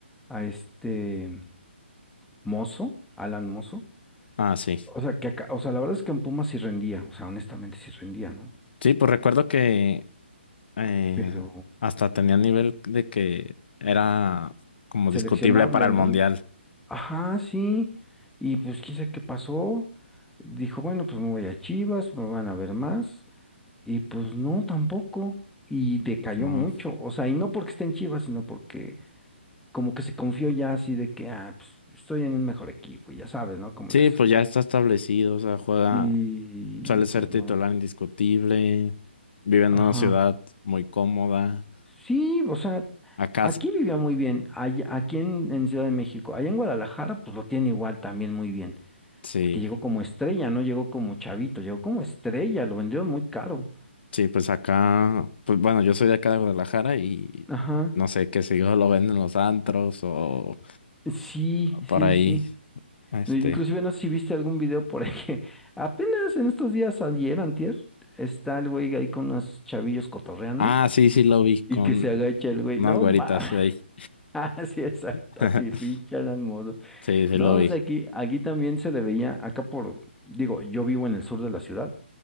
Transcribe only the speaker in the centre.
a este Mozo, Alan Mozo.
O sea, que acá, o sea, la verdad es que en Pumas sí rendía, o sea, honestamente sí rendía, ¿no?
Pero
seleccionable,
¿no?
Ajá, sí. Y pues quién sabe qué pasó. Dijo, bueno, pues me voy a Chivas, me van a ver más. Y pues no, tampoco. Y decayó
mucho. O sea, y no porque esté en Chivas, sino porque como que se confió ya así de que, ah, pues estoy en un mejor equipo, y ya sabes, ¿no? Cómo
le hacen.
Y
pues
bueno,
ajá.
Sí, o sea,
aquí
vivía muy bien, allá- aquí en, en Ciudad de México, allá en Guadalajara, pues lo tiene igual también muy bien,
porque llegó como estrella, no llegó como chavito, llegó como estrella, lo vendieron muy caro.
Ajá.
Sí,
sí,
sí.
E- Inclusive no sé si viste algún video por ahí que <laughs> apenas en estos días ayer, antier, está el güey ahí con unos chavillos cotorreando
Y que se agacha el güey,
no
mames.
<laughs> Ah, sí, exacto,
y pinche Alan Mozo.
No,
o sea, aquí, aquí también se le veía, acá por, digo, yo vivo en el sur de la ciudad,